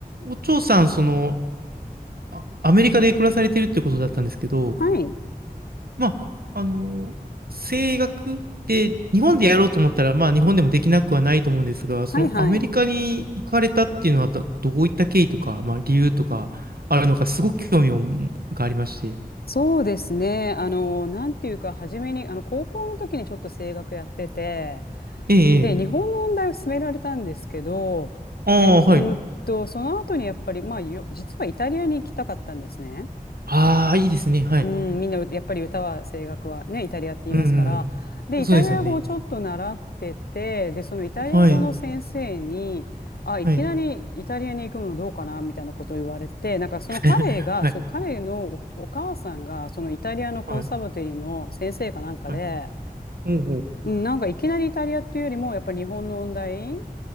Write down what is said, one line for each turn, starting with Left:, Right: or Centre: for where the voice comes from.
Right: お嬢さん、その、あアメリカで暮らされてるってことだったんですけど、
Left: はい。
Right: まあ、あの、声楽って日本でやろうと思ったら、まあ、日本でもできなくはないと思うんですが、
Left: はいはい。
Right: そのアメリカに行かれたっていうのはど、どういった経緯とか、まあ、理由とかあるのか、すごく興味をがありまして。
Left: そうですね。あの、なんていうか、初めに、あの、高校の時にちょっと声楽やってて、
Right: ええ、
Left: で、
Right: ええ。
Left: 日本の音大を勧められたんですけど、
Right: ああ、
Left: で、うんと、
Right: はい。
Left: その後にやっぱり、まあ、よ実はイタリアに行きたかったんですね。
Right: ああ、いいですね。はい。
Left: うん、みんなうやっぱり歌は声楽はねイタリアって言いますからでイタリア語をちょっと習っててでそのイタリア語の先生に「あいきなりイタリアに行くのどうかな」みたいなことを言われてなんかその彼がそう彼のお、
Right: うん、うん。そうですよね。はい。はい。<laughs> はい。
Left: お母さんがそのイタリアのコンサバテリーの先生かなんかで、
Right: はい。はい。ほうほう。
Left: うん、なんかいきなりイタリアっていうよりもやっぱり日本の音大